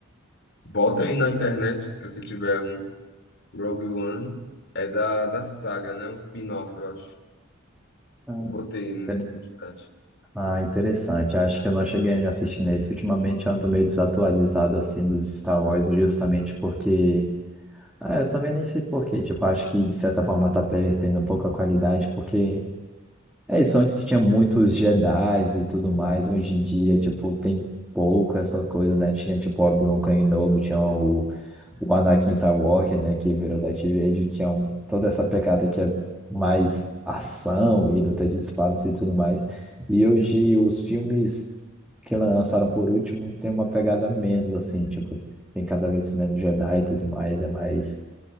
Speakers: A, on the left (about 55°); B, in the centre.
A: Bota aí na internet se você tiver um. Rogue One é da, da saga, né? Um spin-off, eu acho.
B: Ah,
A: Eu botei no,
B: inter-
A: no chat.
B: ah, interessante. Acho que eu não cheguei a assistir nesse. Ultimamente eu ando meio desatualizado assim dos Star Wars, justamente porque. Ah, eu também nem sei por quê. Tipo, acho que de certa forma tá perdendo um pouco a qualidade, porque. É isso, antes tinha muitos Jedi's e tudo mais. Hoje em dia, tipo, tem pouco essa coisa, né? Tinha, tipo, Obi-Wan Kenobi, tinha o o Anakin Skywalker, né, que virou Darth Vader, tinha um- toda essa pegada que é mais ação e luta de espadas e tudo mais. E hoje os filmes que lançaram por último tem uma pegada menos, assim, tipo, tem cada vez menos Jedi e tudo mais, é mais